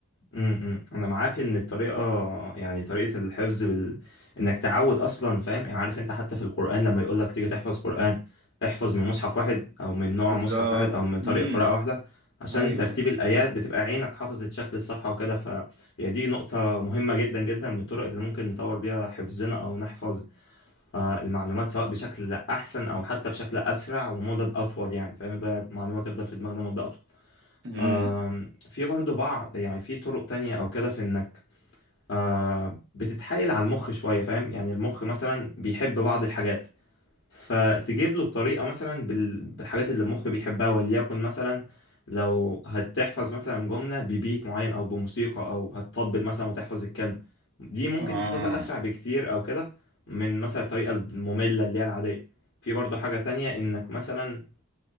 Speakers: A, on the left; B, on the right.
A: امم انا معاك ان الطريقه يعني طريقه الحفظ بال... انك تعود اصلا فاهم يعني عارف انت حتى في القران لما يقول لك تيجي تحفظ قران احفظ من مصحف واحد او من نوع
B: بالظبط
A: مصحف واحد او من طريقه
B: امم
A: قراءه واحده عشان
B: ايوه
A: ترتيب الايات بتبقى عينك حافظت شكل الصفحه وكده فهي دي نقطه مهمه جدا جدا من الطرق اللي ممكن نطور بيها حفظنا او نحفظ آه، المعلومات سواء بشكل احسن او حتى بشكل اسرع ومدد اطول يعني فاهم اللي هي المعلومات تفضل في دماغنا مده اطول
B: امم
A: آم، في برضو بعض يعني في طرق تانية او كده في انك آه، بتتحايل على المخ شويه فاهم يعني المخ مثلا بيحب بعض الحاجات فتجيب له الطريقة مثلا بال- بالحاجات اللي المخ بيحبها وليكن مثلا لو هتحفظ مثلا جملة ببيت معين أو بموسيقى أو هتطبل مثلا وتحفظ الكلمة دي ممكن
B: اه
A: تحفظها أسرع بكتير أو كده من مثلا الطريقة المملة اللي هي العادية في برضه حاجة تانية إنك مثلا